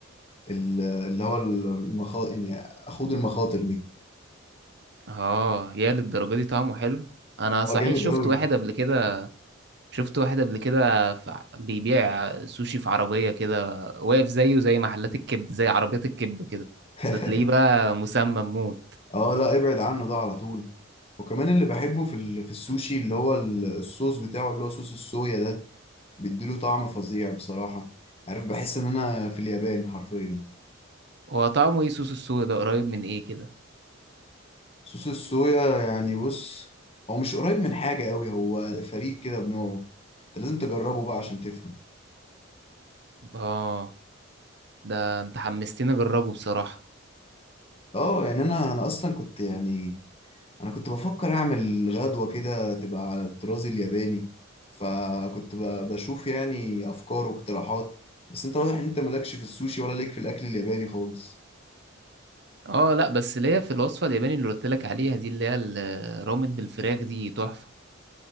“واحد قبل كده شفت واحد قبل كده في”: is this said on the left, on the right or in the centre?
Right